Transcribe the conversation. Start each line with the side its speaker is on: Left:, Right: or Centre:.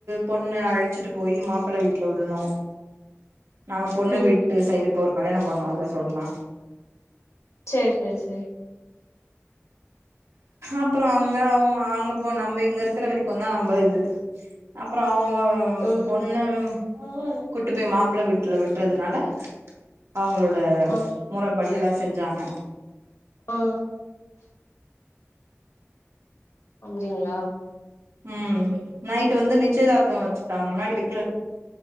Right: பொண்ணு அழிச்சிட்டு போய் மாப்புள்ள வீட்ல விடனு நாங்க பொண்ணு
Left: ம்
Right: வீட்டு சைடு இப்ப ஒரு கல்யாணம் பண்ணோ அதா சொல்ற
Left: சேரி சேரி சேரி
Right: அப்புறோ அங்க அவுங்க அங்க போ நம்ப இங்க இருக்குற வரைக் இப்பதா நம்ப இது அப்புறோ அவங்க
Left: ஆ
Right: பொண்ணு ம் கூட்டிட்டு போய் மாப்பிள்ள வீட்ல விடுறதுனால அவுங்களோட
Left: ஆ
Right: முறப்படி இதெல்லாம் செஞ்ஜாங்க
Left: ஆ அப்படிங்களா
Right: ம் நைட்டு வந்து நிச்சயதார்த்தம் வச்சுக்புட்டாங்க முன்னாடி வை